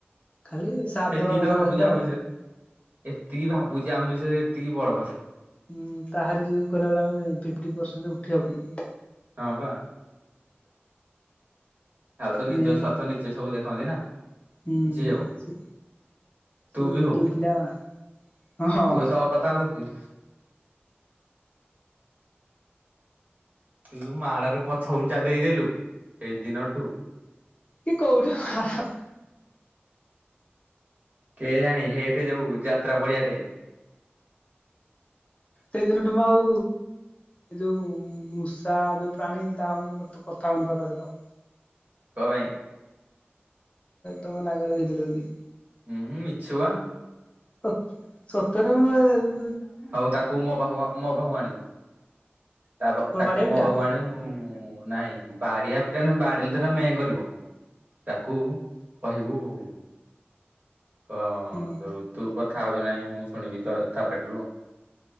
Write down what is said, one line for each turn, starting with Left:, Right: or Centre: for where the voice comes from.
Left: ଖାଲି ସାଥଦେବା
Right: ଏତିକି ତ
Left: କଥା
Right: ଭାବୁଛି
Left: ତା ସହିତ।
Right: ଆମ ବିଷୟରେ। ଏତିକି ଭାବୁଛି ଆମ ବିଷୟରେ ଏତିକି ବଡ କଥା।
Left: ଉଁ, ତାହାରି ଯୋଗୁ କହଲା ଭଳିଆ ଆମେ ଫିଫ୍ଟି ପରସେଣ୍ଟ ଉଠିବା ଉପରକୁ।
Right: ହଁ, ବା। ଆଉ ତ ନିଜ
Left: ମେନ୍
Right: ସ୍ୱାର୍ଥ ନିଜେ ସବୁ ଦେଖନ୍ତି ନା
Left: ହୁଁ
Right: ଯିଏ ହଉ।
Left: ସେ
Right: ତୁ
Left: ସେ
Right: ବି
Left: ଗୋଟିଏ
Right: ହଉ
Left: ପିଲା ହଁ, ହଁ।
Right: ତୁ ଏ ତ କଥା କହୁଛି। ତୁୁ ଯୋଉ ମାଡରେ ପଛଘୁଞ୍ଚା ଦେଇଦେଲୁ ସେଇ ଦିନ ଠୁ
Left: କି କୋଉଠା ହା, ହା।
Right: କେଜାଣି ହେଠି ଯୋଉ ଯାତ୍ରା ପଡିଆ ଠେ।
Left: ସେଇଦିନଠୁ ମୁଁ ଆଉ। ଏ ଯୋଉ ମୂଷା ଯୋଉ ପ୍ରାଣୀ ତା ମୁଁ କଥା ହଉନି ତା ତା ସହିତ
Right: କଣ ପାଇ।
Left: ତମ ନାଗରେ ଦେଇଥିଲେ ବୋଲି।
Right: ହୁଁ ଉ ମିଛୁଆ।
Left: ଓଃ, ସତରେ ମୁଁ ଏ
Right: ହଉ ତାକୁ ମୋ ପାଖକୁ, ମୋ ପାଖକୁ, ଆଣିବୁ
Left: କଣ
Right: ତାକୁ
Left: ବାଡିଆ
Right: ମୋ
Left: ପିଟା?
Right: ପାଖକୁ ଆଣିବୁ। ହୁଁ, ନାଇଁ ବାଡିଆ ପିଟା ନୁହେଁ ବାଡେଇଲେ ତ ହେଇଟା ମେଁ କରିବ। ତାକୁ କହିବୁ ଅ ଅ
Left: ହୁଁ
Right: ଯୋଉ ତୁ କଥା ହଉଛିୁ ନାହିଁ ମୁଁ ଶୁଣିବି ତ ତା ପାର୍ଟିରୁ ଆଉ